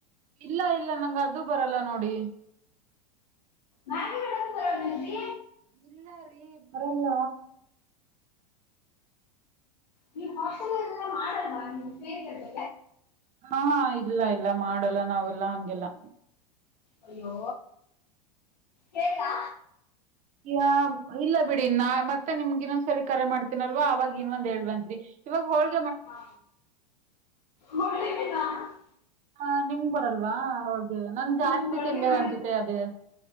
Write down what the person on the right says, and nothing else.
ಇಲ್ಲ ಇಲ್ಲ ನಂಗ ಅದು ಬರಲ್ಲ ನೋಡಿ.
ಇಲ್ಲ ರೀ ಬರಲ್ಲ
ಹಾ ಹಾ ಇಲ್ಲ ಇಲ್ಲ ಮಾಡಲ್ಲ ನಾವೆಲ್ಲಾ ಹಂಗೆಲ್ಲ
ಅ ಇಲ್ಲ ಬಿಡಿ ನಾ ಮತ್ತೆ ನಿಮ್ಗ ಇನ್ನೊಂದ್ಸರಿ ಕರೆ ಮಾಡ್ತೀನಲ್ವ ಅವಾಗ ಇನ್ನೊಂದು ಹೇಳ್ಬಂತ್ರಿ. ಇವಾಗ ಹೊಲ್
ಹ ನಿಮ್ ಬರಲ್ವಾ. ಹೋಗ ನನ್ ಜಾಸ್ತಿ
ತಿಂದೆ
ಅನ್ಸುತ್ತೆ ಅದ.